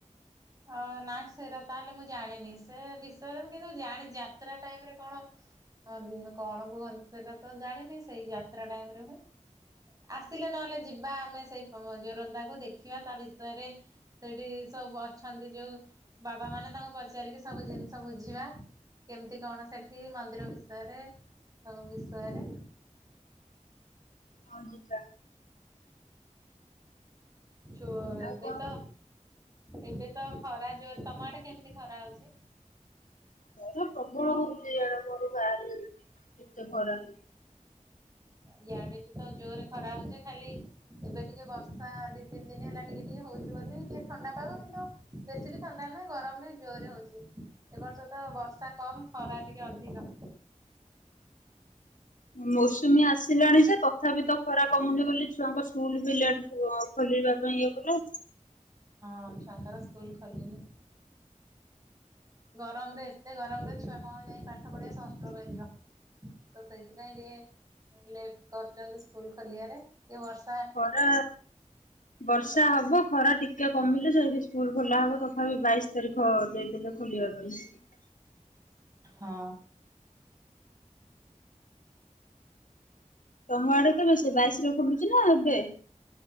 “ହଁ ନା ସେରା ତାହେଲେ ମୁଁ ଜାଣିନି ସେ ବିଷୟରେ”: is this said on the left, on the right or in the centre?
Right